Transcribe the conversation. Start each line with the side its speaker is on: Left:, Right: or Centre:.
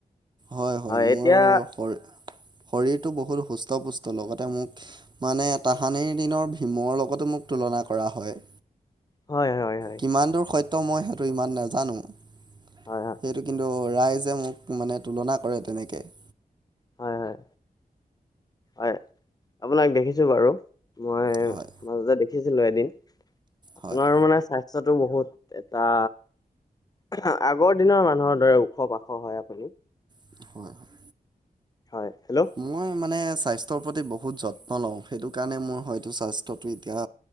Right: হয়-হয়
Left: হয়
Right: মোৰ
Left: এতিয়া
Right: শৰীৰ-শৰীৰটো বহুত সুস্থ, পুষ্ট লগতে মোক <inaudible> মানে তাহানিৰ দিনৰ ভীমৰ লগতো মোক তুলনা কৰা হয়।
Left: হয়-হয়-হয়।
Right: কিমান দূৰ সত্য মই সেইটো ইমান নাজানো। সেইটো
Left: হয়
Right: কিন্তু ৰাইজে মোক মানে তুলনা কৰে তেনেকে <inaudible>
Left: হয়-হয় <unintelligible> হয় আপোনাক দেখিছোঁ বাৰু মই
Right: হয়।
Left: মাজতে দেখিছিলো এদিন <unintelligible> আপোনাৰ
Right: হয়
Left: মানে স্বাস্থ্যটো বহুত এটা <unintelligible> আগৰ দিনৰ মানুহৰ দৰে ওখ পাখ হয় আপুনি।
Right: <inaudible>
Left: হয়। হেল্ল'
Right: মই মানে স্বাস্থ্যৰ প্ৰতি বহুত যত্ন লওঁ, সেইটো কাৰণে মোৰ হয়তো স্বাস্থ্যটো এতিয়া